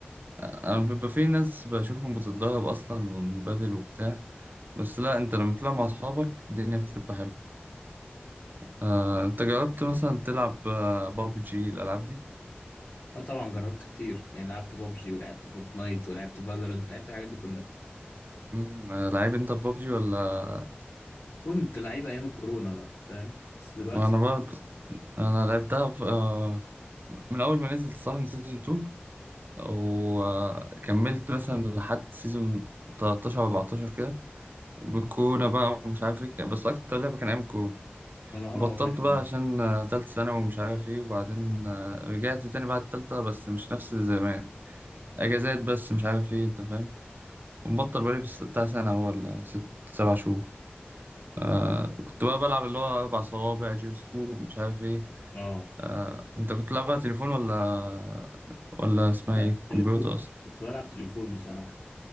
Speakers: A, on the right; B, on the left.
A: أنا بيبقى في ناس بشوفهم بتتدرب أصلا بدل وبتاع بس لا أنت لما تلعب مع أصحابك الدنيا بتبقى حلوة آه، أنت جربت مثلا تلعب بابجي الألعاب دي؟
B: اه طبعا جربت كتير يعني لعبت بابجي ولعبت فورتنايت ولعبت فالورنت لعبت الحاجات دي كلها
A: مم، آه، لعيب أنت في بابجي ولا
B: كنت لعيب ايام الكورونا بقى فاهم بس دلوقتي
A: أنا برضه أنا لعبتها في... آه، من أول ما نزلت صح من سيزون 2 وكملت مثلا لحد سيزون 13 14 كده بالكورونا بقى ومش عارف إيه بس أكتر لعبة كان أيام الكورونا
B: انا اه
A: وبطلت
B: وانا كمان
A: بقى عشان آه، تالتة ثانوي ومش عارف ايه وبعدين آه، رجعت تاني بعد التالتة بس مش نفس زمان اجازات بس مش عارف ايه انت فاهم ومبطل بقالي بس بتاع سنة هو ولا ست سبع شهور آه كنت بقى بلعب اللي هو أربع صوابع جيرو سكوب مش عارف ايه
B: اه
A: آه انت كنت بتلعبها تليفون ولا ولا اسمها
B: لا
A: ايه
B: تليفون
A: كمبيوتر اصلا
B: كنت بلعب تليفون بصراحه